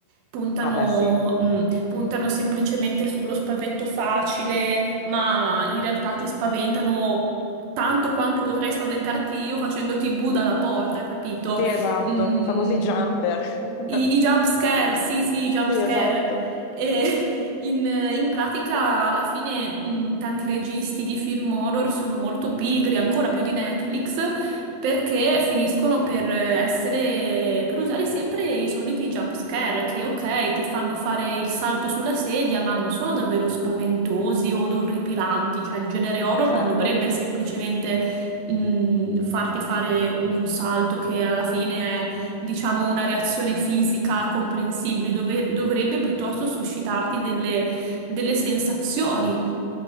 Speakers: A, on the right; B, on the left.
A: Puntano,
B: Ah, beh, sì.
A: mh, puntano semplicemente sullo spavento facile, ma in realtà ti spaventano tanto quanto potrei spaventarti io facendoti bu dalla porta, capito?
B: Sì, esatto,
A: Mm,
B: i famosi jumper.
A: i,
B: <laughs>
A: i jump scare, sì, sì, i jump
B: Sì,
A: scare.
B: esatto,
A: E <laughs> in, in pratica, alla fine, mm, tanti registi di film horror sono molto pigri, ancora più di Netflix, perché finiscono per essere, per usare sempre i soliti jump scare, che ok, ti fanno fare il salto sulla sedia, ma non sono davvero spaventosi o orripilanti. Cioè, il genere horror
B: certo.
A: non dovrebbe semplicemente mh, farti fare un salto che alla fine è, diciamo, una reazione fisica comprensibile, dove- dovrebbe piuttosto suscitarti delle, delle sensazioni.